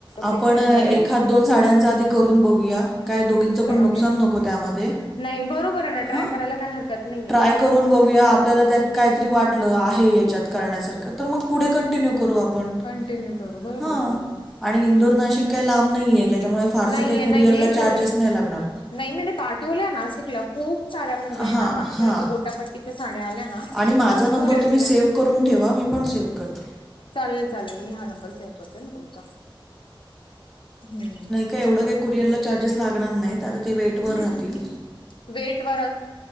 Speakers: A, in the centre; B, on the left.
A: आपण
B: पिक सेंड
A: एखाद
B: करेल
A: दोन साड्यांच आधी करून बघूया. काय दोघींचं
B: ओके
A: पण नुकसान
B: ओके
A: नको त्यामध्ये.
B: नाही बरोबर आहे ना ट्राय
A: हां
B: करायला काही हरकत नाही.
A: ट्राय करून बघूया आपल्याला त्यात कायतरी वाटलं आहे याच्यात करण्यासारखं का तर मग पुढे कंटिन्यू करू आप आपण
B: कंटिन्यू करू बरोबर
A: हा
B: बरोबर हम्म
A: आणि इंदोर नाशिक काही लांब नाहीये त्याच्यामुळे फारसे
B: नाहीये
A: काही कुरिअरला
B: नाहीये
A: चार्जेस
B: कोर
A: नाही लागणार.
B: नाही मी पाठवल्या नाशिकला खूप सारा म्हणजे
A: हां
B: ना मागच्या
A: हां
B: वेळी जो गोटापट्टी त्या साड्या आल्या ना
A: आणि माझा
B: खूप
A: नंबर
B: कुरियर
A: तुम्ही
B: केल्या
A: सेव्ह करून ठेवा मी पण सेव करते.
B: चालेल चालेल मी हा नंबर सेव्ह करते ना तुमचा हम्म.
A: काय एवढं काय कुरअर ला चार्जेस लागणार नाहीत. ते आता ते वेट वर
B: नाही
A: राहतील.
B: वेट वर